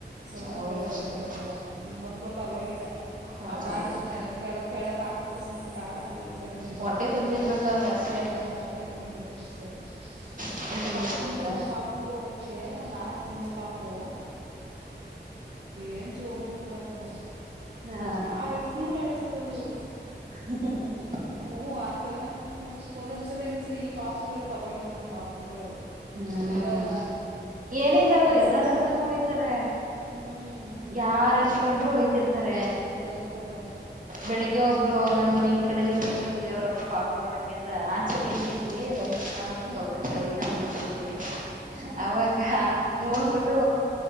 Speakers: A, on the right; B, on the right.
A: ಸೌಂಡ್ಗಳ
B: ಹೌದೌದು
A: ಕೇಳಕ್ ಆಗಲ್ಲ ಈ ಮಕ್ಳ. ಪರ್ವಾಗಿಲ್ಲ
B: ಪರವಾಗಿಲ್ಲ
A: ಆಟ ಆಡ್ತವೇ ಕೆಳಕ್ ಹಾಕ್ಬಿಟ್ರೆ ಸುಮ್ನೆ ಟ. ಇರ್ತರ್ ಇವ್ರ್ ಇಬ್ರು
B: ಹೊಟ್ಟೆ ತುಂಬಿರ್ಬೇಕ ಅವ್ರಗ ಅಷ್ಟೇ
A: ಹೊ ಹೊಟ್ಟೆ ತುಂಬಿರ್ಬೇಕಷ್ಟೆ.
B: ಹೊಟ್ಟೆ
A: ಇಲ್
B: ತುಂಬಿಸ್ಬಿಟ್ರೆ
A: ಪಕ್ಕದ್ ಮನೆಲ್ ಒಂದ್ ಪಾಪು ಐತೆ ಒಂದ್ ನಾಲ್ಕ್ ತಿಂಗ್ಳ ಪಾಪು. ಏನ್ ಜೋರು ಗೊತ್ತ ಅದು.
B: ಹಾ
A: ಯಾರ್ ಎತ್ಕೊಂಡ್ರು ಹಳ್ತದದು.
B: ಹಃ ಹಃ ಹ
A: ಹು ಆತರ ಒಂದೊಂದ್ಸಲ ಅನ್ಸು ಈ ಪಾಪುಗಳೇ ಪರ್ವಾಗಿಲ್ಲ ನಮ್ಮ್ ಪಾಪುಗಳು.
B: ಹ್ಮ್
A: ಹೇಳಲ್ಲ
B: ಏನಿಲ್ಲ ಅವ್ರ್
A: ಅನಿಸ್ತದೆ
B: ಎಲ್ಲಾರ್ ಹತ್ರನು ಹೊಯ್ತರೆ.
A: ಹ್ಞೂ
B: ಯಾರ್ ಎತ್ಕೊಂಡ್ರು ಓಯ್ಯ್ತಿರ್ತಾರೆ
A: ಅದೇ ತಾನೆ
B: ಬೆಳಿಗ್ಗೆ ಒಬ್ರು ನಮ್ಮ ಈ ಕಡೆ ಲಿಂಗಾಯತ್ತ್ರ ಬೀವರ ಒಬ್ಬರು ಪಾಪ ನೋಡಕೆ ಅಂತ ಆಚರಣೆ ನಿಂತಿದ್ವಿ
A: ಹಾಂ
B: ತೊಳಕ ತಳಿತಾನಿಂತಿದ್ವಿ
A: ಹಾಂ
B: ಅವಾಗ ನೋಡ್ಬಿಟ್ಟು
A: ಹಾಂ